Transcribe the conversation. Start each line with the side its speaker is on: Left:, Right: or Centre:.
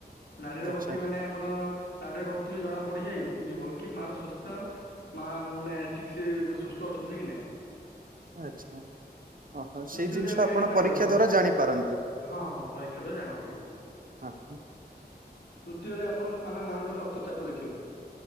Left: ନାଡିର
Right: ଆଚ୍ଛା
Left: ଗତି ମାନେ ଆପଣ ନାଡିର ଗତିରୁ ଜଣା ପଡିଯାଏ ବୁ ଉଁ ଯିବ କି ମାର ସ୍ବସ୍ତା ମା ମାନେ ଠିକ୍ ସେ ସ୍ଵସ୍ତ ଅଛନ୍ତି କି ନାଇଁ।
Right: ଆଚ୍ଛା। ଓ ହୋ
Left: ତୃତୀୟରେ
Right: ସେଇ ଜିନିଷ
Left: ଆମେ
Right: ଆପଣ
Left: ଜାଣିପାରିବା
Right: ପରୀକ୍ଷା
Left: ହଁ
Right: ଦ୍ଵାରା ଜାଣିପାରନ୍ତି।
Left: ହଁ ହଁ ପରୀକ୍ଷା ଦ୍ଵାରା ଜଣା ପଡିଯିବ।
Right: ଆଁ ଇଁ।
Left: ତୃତୀୟରେ ଆପଣ ଉଁ ଆମ ମାଆଙ୍କର ରକ୍ତଚାପ ଦେଖିବୁ।